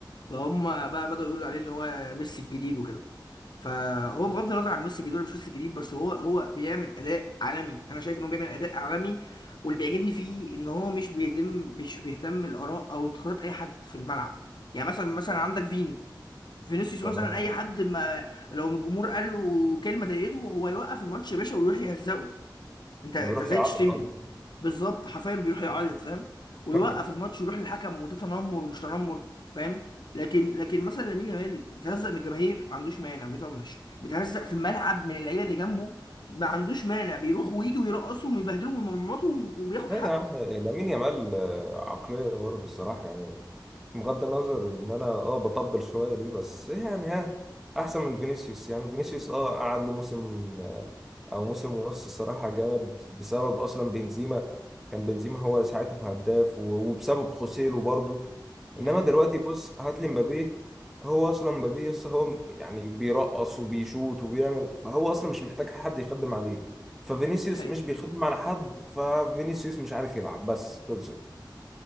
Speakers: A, on the left; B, in the centre.
A: فهم بقى بدأوا يقولوا عليه ان هو ميسي الجديد وكده فهو بغض النظر عن ميسي الجديد ولا مش ميسي الجديد بس هو هو بيعمل اداء عالمي انا شايف ان هو بيعمل اداء عالمي واللي بيعجبني فيه ان هو مش بيهتم مش بيهتم الاراء او انتقادات اي حد في الملعب يعني مثلا مثلا عندك فيني فينيسيوس
B: تمام
A: مثلا اي حد ما لو من الجمهور قال له كلمه ضايقته هو يوقف الماتش يا باشا ويروح يهزقه انت انت
B: ويروح
A: ازاي
B: يعرض
A: تشتمني
B: قصدي
A: بالظبط حرفيا بيروح يعيط فاهم
B: <laughs>
A: ويوقف الماتش ويروح للحكم وده تنمر ومش تنمر فاهم لكن لكن مثلا لامين يامال بتهزق من الجماهير ما عندوش مانع بيطنش بتهزق في الملعب من اللعيبه اللي جنبه ما عندوش مانع بيروح ويجي ويرقصهم ويبهدلهم ويمرمطهم وبياخد
B: لا
A: حقه
B: يا عم لامين يامال آه، عقلية برضه الصراحة يعني بغض النظر ان انا اه بطبل شوية ليه بس يعني ها احسن من فينيسيوس يعني فينيسيوس اه قعد له موسم آه، او موسم ونص الصراحه جامد بسبب اصلا بنزيما كان بنزيما هو ساعتها الهداف و- وبسبب خوسيلو برضو
A: دي
B: انما
A: حقيقه
B: دلوقتي بص هات لي مبابي هو اصلا مبابي لسه هو م- يعني بيرقص وبيشوط وبيعمل فهو اصلا مش محتاج حد يخدم عليه ففينيسيوس
A: دي حقيقه
B: مش بيخدم على حد ففينيسيوس مش عارف يلعب بس خلصت